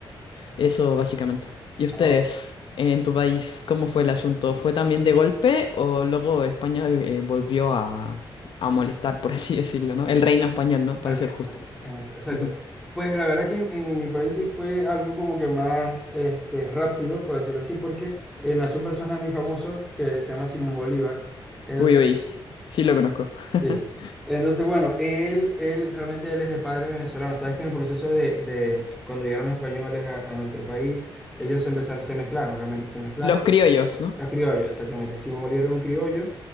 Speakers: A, on the left; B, in the centre.
A: Eso básicamente. ¿Y ustedes,
B: Ah, va.
A: en tu país, cómo fue el asunto? ¿Fue también de golpe o luego España eh, volvió a, a molestar, por <laughs> así decirlo, ¿no? El reino español, ¿no? Para
B: El
A: ser
B: Reino
A: justos.
B: Unido. Es- Exacto.
A: Ujú.
B: Pues la verdad que en, en mi país sí fue algo como que más este, rápido, por decirlo así, porque eh, nació un personaje muy famoso que se llama Simón Bolívar. Entonces
A: Uy, uy, sí, sí lo conozco. <laughs>
B: Sí. Entonces, bueno, él, él realmente él es de padres venezolanos. Sabes que en el proceso de, de cuando llegaron los españoles a, a nuestro país, ellos se empezaron, se mezclaron, realmente se mezclaron.
A: Los criollos, ¿no?
B: Los criollos, exactamente. Simón Bolívar era un criollo.